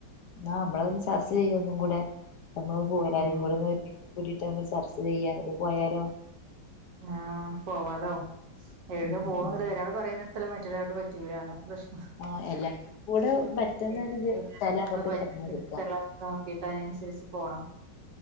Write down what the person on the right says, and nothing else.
ഉം
ആ പോവാലോ ഏടക്കെ
പോണന്ന്
ഒരാള് പറയുന്ന ത്രം മറ്റുള്ളരാൾക്ക് പറ്റൂല്ല അതാണ് പ്രശ്നം
<unintelligible>
സ്ഥലം നോക്കിട്ടാ ഞാൻ നുസരിച്ച് പോണം.